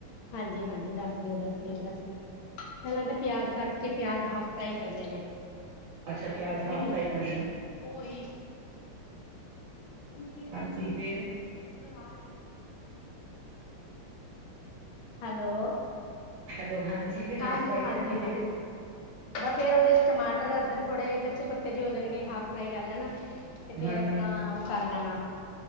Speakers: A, on the left; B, on the right.
A: ਹਾਂਜੀ-ਹਾਂਜੀ ਦੱਸ ਰੀ ਆਂ-ਦੱਸ ਰੀ ਆਂ-ਦੱਸ ਰੀ ਆਂ ਪਹਿਲਾਂ ਤਾਂ ਪਿਆਜ ਕੱਟ ਤੇ ਪਿਆਜ ਹਾਫ ਫਰਾਈ ਕਰਨੇ ਨੇ,
B: ਅੱਛਾ ਪਿਆਜ
A: ਹੂੰ।
B: ਹਾਫ ਫਰਾਈ ਕਰ ਲੈਣੀ
A: ਉਹੀ, ਮੇਰੀ ਅਧਿਆਪ
B: ਹਾਂਜੀ ਫੇਰ
A: 'ਚ ਮਤਲਬ ਆ ਰੀ। ਹੈਲੋ,
B: ਹੈਲੋ ਹਾਂਜੀ ਫਿਰ
A: ਹਾਂਜੀ
B: ਹਾਫ ਫਰਾਈ
A: ਹਾਂਜੀ
B: ਕਰਕੇ ਫੇਰ
A: ਹਾਂਜੀ ਬਸ ਫਿਰ ਉਹਦੇ 'ਚ ਟਮਾਟਰ ਅਧ ਥੋੜੇ ਕੱਚੇ ਪੱਕੇ ਜੇ ਹੋ ਜਾਣਗੇ ਹਾਫ ਫਰਾਈ ਕਰ ਲੈਣਾ। ਤੇ ਫੇਰ
B: ਹਾਂਜੀ
A: ਆਪਣਾ ਉਹ ਕਰ ਲੈਣਾ।